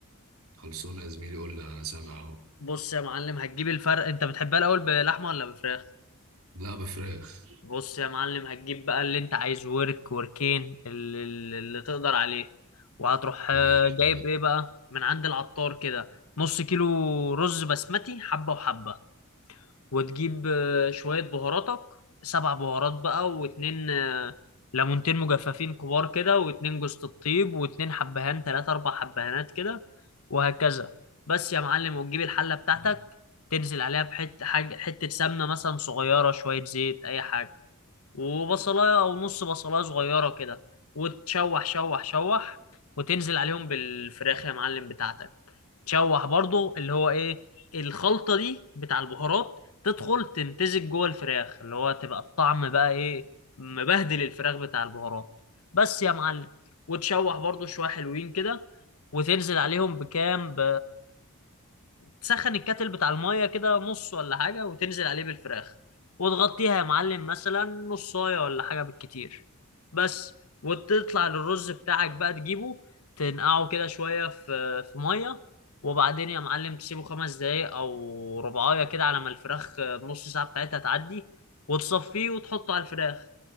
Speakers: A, on the right; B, on the left.
A: خلصونا يا زميلي قول لي انا سامع اهو
B: بص يا معلم هتجيب الفرق انت بتحبها الاول بلحمه ولا بفراخ
A: لا بفراخ
B: بص يا معلم هتجيب بقى اللي انت عايز ورك وركين اللي, اللي تقدر عليه وهتروح آه،
A: ماشي
B: جايب ايه بقى من عند العطار كده نص كيلو رز بسمتي حبه وحبه وتجيب آه، شوية بهاراتك سبع بهارات بقى واتنين آه، ليمونتين مجففين كبار كده واتنين جوز الطيب واتنين حبهان تلاتة أربع حبهانات كده وهكذا بس يا معلم وتجيب الحلة بتاعتك تنزل عليها بحتة حاجة حتة سمنة مثلا صغيرة شوية زيت أي حاجة وبصلاية أو نص بصلاية صغيرة كده وتشوح شوح شوح وتنزل عليهم بالفراخ يا معلم بتاعتك تشوح برضو اللي هو ايه الخلطة دي بتاع البهارات تدخل تمتزج جوه الفراخ اللي هو تبقى الطعم بقى ايه مبهدل الفراخ بتاع البهارات بس يا معلم وتشوح برضو شوية حلوين كده وتنزل عليهم بكام ب تسخن الكاتل بتاع الميه كده نص ولا حاجه وتنزل عليه بالفراخ وتغطيها يا معلم مثلا نصايه ولا حاجه بالكتير بس وتطلع للرز بتاعك بقى تجيبه تنقعه كده شويه في في ميه وبعدين يا معلم تسيبه خمس دقايق او ربعايه كده على ما الفراخ نص ساعه بتاعتها تعدي وتصفيه وتحطه على الفراخ